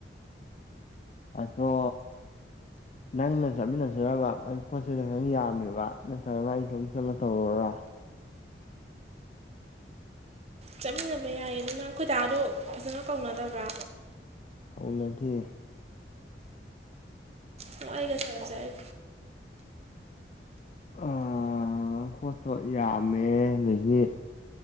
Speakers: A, on the left; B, on the right.
A: ꯑꯗꯣ ꯅꯪꯅ ꯆꯠꯃꯤꯟꯅꯁꯤꯕ ꯑꯩ ꯄꯣꯠ ꯆꯩꯩꯗꯣ ꯈꯤꯇꯪ ꯌꯥꯝꯃꯦꯕ ꯅꯠꯇ꯭ꯔꯒꯅ ꯑꯩꯗꯣꯝ ꯆꯜꯂ ꯇꯧꯔꯔꯥ
B: ꯆꯠꯃꯤꯟꯅꯕ ꯌꯥꯏꯌꯦ ꯑꯗꯨ ꯅꯪ ꯈꯈꯣꯏꯗꯥꯗꯣ ꯐꯖꯅ ꯀꯧꯅꯗꯕ꯭ꯔꯥ
A: ꯐꯥꯎꯂꯗꯤ
B: ꯁꯉꯏꯒ ꯆꯔꯖꯥꯏ
A: ꯑ ꯄꯣꯠꯇꯣ ꯌꯥꯝꯃꯦ ꯑꯗꯒꯤ